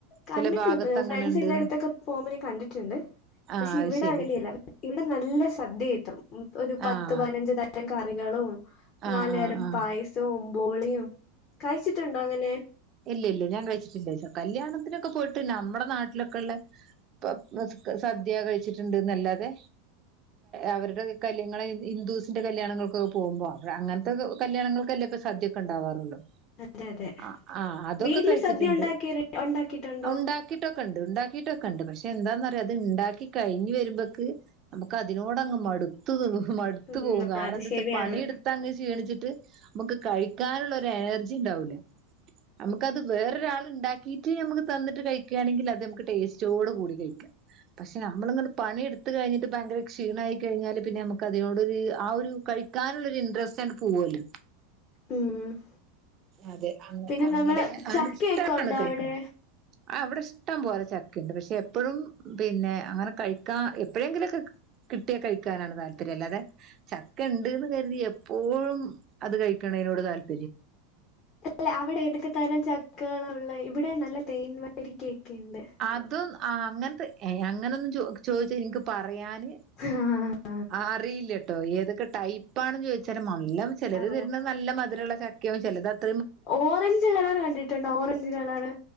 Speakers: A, on the left; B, on the right.
A: കണ്ടിട്ടിണ്ട്
B: ചെല ഭാഗത്ത്
A: ഇപ്പ
B: അങ്ങനെ
A: ഫ്രണ്ട്സിന്റെ
B: ഇണ്ട്ന്ന്
A: അടുത്തൊക്കെ പോ വുമ്പോ ഞാൻ കണ്ടിട്ടുണ്ട്
B: ആഹ്
A: പക്ഷെ
B: അത്
A: ഇവിടെ
B: ശരി
A: അങ്ങനെയല്ല ഇവിടെ നല്ല സദ്യ കിട്ടും ഉം ഒരു പത്ത്
B: ആഹ്
A: പതിനഞ്ചത് തരം കറികളും
B: ആഹ്
A: നാല്
B: ആഹ്
A: തരം
B: ആഹ്
A: പായസ സവും ബോളിയും കഴിച്ചിട്ടുണ്ടോ അങ്ങനെ?
B: ഇല്ലല്ല ഞാൻ കഴിച്ചിട്ടില്ല കല്യാണത്തിനൊക്കെ പോയിട്ട് നമ്മുടെ നാട്ടിലൊക്കെള്ള ഇപ്പം സദ്യ കഴിച്ചിട്ട്ണ്ട് എന്നല്ലാതെ അവരുടെ കല്യാണ ഇങ്ങളെ ഹിന്ദൂസിന്റെ കല്യാണങ്ങൾക്കൊക്കെ പോകുമ്പോ അവ അങ്ങനത്തെ കല്യാണങ്ങൾക്കല്ലേ ഇപ്പൊ സദ്യ സദ്യയെക്കെ ഇണ്ടാവാറൊള്ളു
A: അതെ അതെ
B: ആഹ് ആഹ് അതൊക്കെ
A: വീട്ടില്
B: കഴിച്ചിട്ടുണ്ട്
A: സദ്യ ഉണ്ടാക്കി ഉണ്ടാക്കിട്ടുണ്ടോ
B: ഉണ്ടാ ക്കിയ്ട്ടൊക്കെണ്ട് ഉണ്ടാക്കിയ്ട്ടൊക്കെ ഇണ്ട് പക്ഷെ എന്താന്നറിയേ ഇത് ഇണ്ടാക്കി കഴിഞ്ഞ് വരുമ്പയേക്ക് നമുക്ക് അതിനോടങ്ങ് മടു ത്തും മടുത്തു
A: ഉം
B: പോവും കാരണം
A: അത്
B: എന്തെച്ചാല്
A: ശരിയാണ്
B: പണിയെടുത്തങ്ങ് ക്ഷീണിച്ചിട്ട് നമുക്ക് കഴിക്കാനുള്ളൊരു എനർജിണ്ടാവൂല അമ്മക്കത് വേറൊരാള് ഇണ്ടാക്കിയിട്ട് നമുക്ക് തന്നിട്ട് കഴിക്കാണെങ്കി അത് നമുക്ക് ടേസ്റ്റോട് കൂടി കഴിക്കാ പക്ഷെ നമ്മള് ഇങ്ങട്ട് പണിയെടുത്ത് കഴിഞ്ഞിട്ട് ഭയങ്കര ക്ഷീണായി കഴിഞ്ഞാല് പിന്നെ നമുക്ക് അതിനോടൊര് ആ ഒരു കഴി കാനുള്ളൊരു ഇൻട്രസ്റ്റ് ആണ്ട് പോവല്ലോ?
A: ഉം
B: അതെ അങ്ങ
A: പിന്നെ
B: അങ്ങനെ
A: നമ്മള്
B: ആ
A: ചക്കയൊക്കെ
B: ഇഷ്ട്ടം പോലെ
A: ഉണ്ടോ
B: കഴിക്കും
A: അവിടെ
B: ആഹ് ഇവിടെ ഇഷ്ടം പോലെ ചക്കയിണ്ട് പക്ഷെ എപ്പഴും പിന്നെ അങ്ങനെ കഴിക്കാ എപ്പഴെങ്കിലൊക്കെ കി കിട്ടിയാ കഴിക്കാനാണ് താല്പര്യം അല്ലാതെ ചക്ക ഇണ്ട്ന്ന് കരുതി എപ്പോഴും അത് കഴി ക്ക്ണേനോട് താൽപര്യ
A: അല്ല അവിടെ ഏതൊക്കെ തരം ചക്കകള ഒള്ളെ? ഇവിടെ നല്ല തേൻ വരിക്ക ഒക്കെയ്ണ്ട്
B: അതും ആഹ് അങ്ങനത്തെ ഏഹ് അങ്ങനെന്നും ചോയ്ച്ചാ ഇൻക്ക് പറയാന്
A: ആഹ്
B: അറിയില്ലട്ടോ ഏതൊക്കെ ടൈപ്പാണ് എന്ന് ചോദിച്ചാല് എല്ലാം ചെലര്
A: ഓ
B: തരുന്നത് നല്ല മധുരള്ള ചക്കയാകും ചെലത് അത്ര
A: ഓറഞ്ച് കളറ് കണ്ടിട്ടുണ്ടോ? Orange colour?